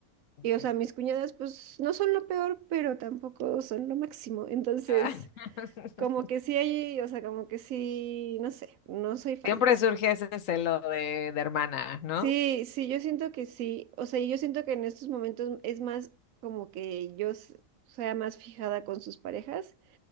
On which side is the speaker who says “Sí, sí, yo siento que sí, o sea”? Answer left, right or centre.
Right